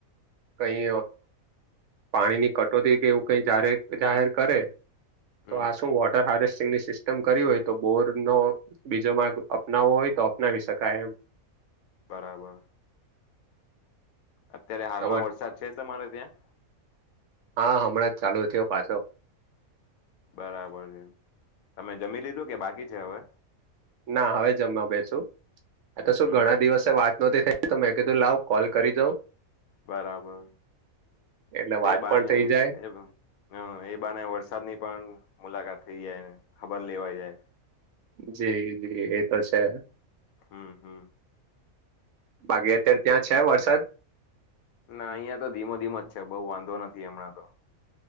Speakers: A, on the right; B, on the left.
A: કઈ પાણી ની કટોતી કે એવું કઈ જાહેર કરે તો
B: હમ
A: આ શું વોટર હાર્વેસ્ટિંગની સિસ્ટમ કર હોય તો બોર નો બીજો માર્ગ અપનાવવો હોય તો અપનાવી શકાય એમ
B: બરાબર અત્યારે હાલમાં
A: તમા
B: વરસાદ છે તમારે ત્યાં?
A: હા હમણાં જ ચાલુ થયો પાછો
B: બરાબર છે તમે જમી લીધું કે બાકી છે હવે
A: ના હવે જમવા બેસુ આ તો શું
B: હમ
A: ઘણા દિવસે વાત નતી થઈ તમે કીધું લાવ કોલ કરી દઉ
B: બરાબર
A: એટલે વાત
B: એ બાંધ
A: પણ
B: <unintelligible>
A: થઇ જાય
B: હ એ બને વરસાદ ની પણ મુલાકાત થઇ જાયને ખબર લેવાઈ જાય
A: જી જી એતો છે.
B: હમ્મ હમ્મ
A: બાકી અત્યારે ત્યાં છે વરસાદ
B: ના અહિયાં તો ધીમો ધીમો જ છે બહુ વાંધો નથી હમણાં તો